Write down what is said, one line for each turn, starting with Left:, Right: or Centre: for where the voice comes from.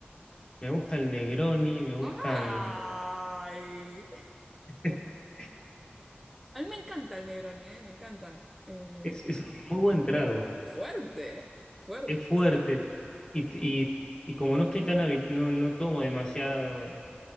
Left: me gusta el Negroni, me gustan,
Centre: ¡Ay!
Left: <laughs>
Centre: A mí me encanta el Negroni, ¿eh? Me encanta. Eh,
Left: es, es un muy buen trago.
Centre: Fuerte, fuerte.
Left: Es fuerte. Y, y, y como no estoy tan habi- no, no tomo demasiado, eh,